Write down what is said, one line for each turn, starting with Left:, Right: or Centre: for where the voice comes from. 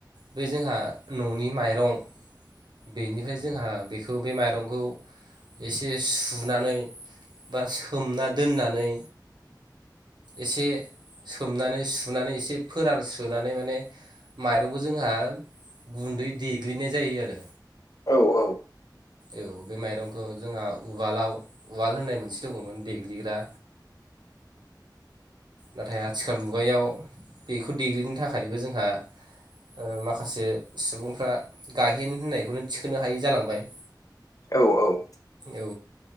Right: बे जोंहा न'नि माइरं बेनिफ्राय जोंहा बेखौ बे माइरंखौ एसे सुनानै बा सोमना दोननानै एसे सोमनानै सुनानै एसे फोरान सुनानै माने माइरंखौ जोंहा गुन्दै देग्लिनाय जायो आरो
Left: औ औ
Right: औ बे माइरंखौ जोंहा उवालाव उवाल होननाय मोनसे दङमोन देग्लिग्रा नाथाय आथिखाल मुगायाव बेखौ देग्लिनो थाखायबो जोंहा ओ माखासे सुबुंफ्रा गायेन होननायखौनो थिखोनो हायि जालांबाय
Left: औ औ
Right: औ